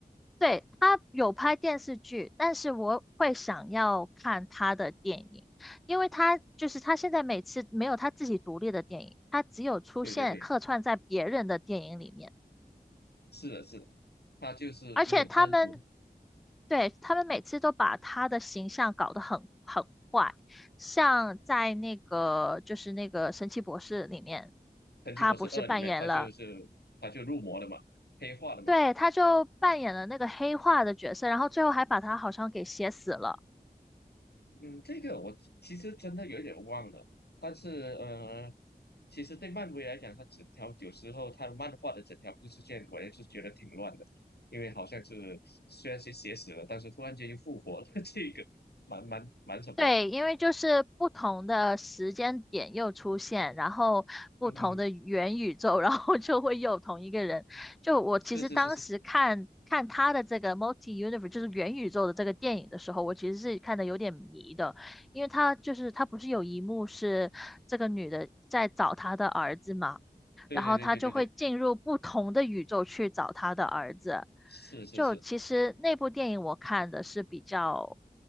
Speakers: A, in the centre; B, on the left (about 90°).
A: 对，他有拍电视剧，但是我会想要看他的电影，因为他就是他现在每次没有他自己独立的电影，他只有出现客串在别人的电影里面，
B: 对对对，是的，是的，它就是没有单独
A: 而且他们对他们每次都把他的形象搞得很很坏，像在那个就是那个神奇博士里面，
B: 《神奇博士二》里面，
A: 他不是扮演了，
B: 它就是它就入魔了嘛，黑化了嘛。
A: 对，他就扮演了那个黑化的角色，然后最后还把他好像给写死了。
B: 嗯，这个我其实真的有点忘了，但是呃，其实对漫威来讲，它整条有时候它漫画的整条故事线，我也是觉得挺乱的，因为好像是虽然是写死了，但是突然间又复活了，<laughs> 这个蛮蛮蛮什么的，
A: 对，因为就是不同的时间点又出现，然后不同的元宇宙，
B: 嗯嗯嗯，
A: <laughs> 然后就会又有同一个人。就我其实当时看看他的这个
B: 是是是是，
A: Multi Universe，就是元宇宙的这个电影的时候，我其实是看的有点迷的，因为他就是他不是有一幕是这个女的在找她的儿子嘛，
B: 对对对对对对，
A: 然后他就会进入不同的宇宙去找他的儿子。
B: 是是是，
A: 就其实那部电影我看的是比较，